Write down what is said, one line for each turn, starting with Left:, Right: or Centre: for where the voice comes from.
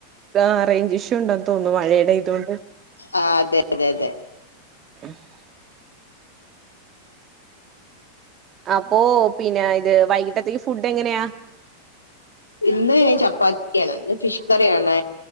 Right: ആഹ് റേഞ്ച് ഇഷ്യൂ ഉണ്ടന്ന് തോന്നുന്നു മഴയുടെ ഇത് കൊണ്ട്
Left: ആഹ് അതെ അതെ അതെ
Right: ഉം <unintelligible> അപ്പോ പിന്നെ ഇത് വൈകിട്ടത്തേക്ക് ഫുഡ് എങ്ങനെയാ
Left: ഇന്ന് ചപ്പാത്തി ആണ് ഇന്ന് ഫിഷ് കറിയാണ്